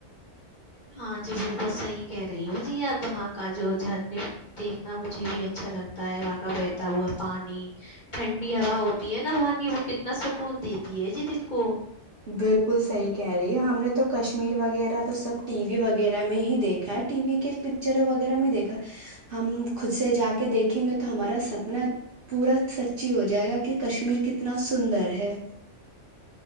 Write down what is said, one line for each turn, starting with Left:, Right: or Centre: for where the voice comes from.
Left: ہاں جی بالکل صحیح کہہ رہی ہوں جی اب وہاں کا جو جھرنے دیکھنا مجھے بھی اچھا لگتا ہے وہاں کا بہتا ہوا پانی ٹھنڈی ہوا ہوتی ہے نا وہاں کی وہ کتنا سکون دیتی ہے جی دل کو
Right: بالکل صحیح کہہ رہی ہے ہم نے تو کشمیر وغیرہ تو سب ٹی وی وغیرہ میں ہی دیکھا ہے ٹی وی کے پکچروں وغیرہ میں دیکھا ہم خود سے جا کے دیکھیں گے تو ہمارا سپنا پورا سچی ہو جائے گا کہ کشمیر کتنا سندر ہے